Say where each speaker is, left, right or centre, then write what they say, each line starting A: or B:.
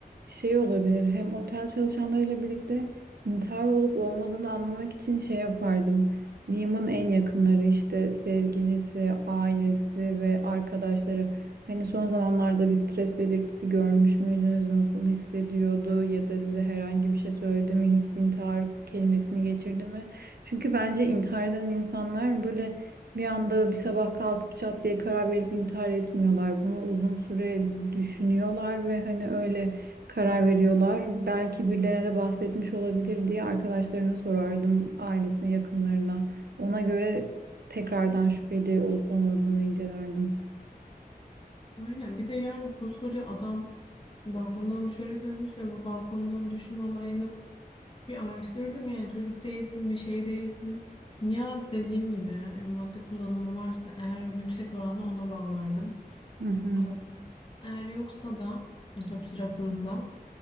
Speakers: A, on the right (about 80°); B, on the left (about 30°).
A: şey olabilir. Hem otel çalışanlarıyla birlikte intihar olup olmadığını anlamak için şey yapardım. Liam'ın en yakınları işte sevgilisi, ailesi ve arkadaşları. Hani son zamanlarda bir stres belirtisi görmüş müydünüz? Nasıl hissediyordu? Ya da size herhangi bir şey söyledi mi? Hiç intihar kelimesini geçirdi mi? Çünkü bence intihar eden insanlar böyle bir anda bir sabah kalkıp çat diye karar verip intihar etmiyorlar. Bunu uzun süre düşünüyorlar ve hani öyle karar veriyorlar. Belki birilerine de bahsetmiş olabilir diye arkadaşlarına sorardım, ailesine, yakınlarına. Ona göre tekrardan şüpheli olup olmadığını incelerdim.
B: Aynen. Bir de yani koskoca adam balkondan düşerek ölmüş ve bu balkondan düşme olayını bir araştırırdım yani çocuk değilsin bir şey değilsin. Ya dediğim gibi e, madde kullanımı varsa eğer onu yüksek oranla ona bağlardım.
A: Hı hı.
B: Ee, Eğer yoksa da otopsi raporunda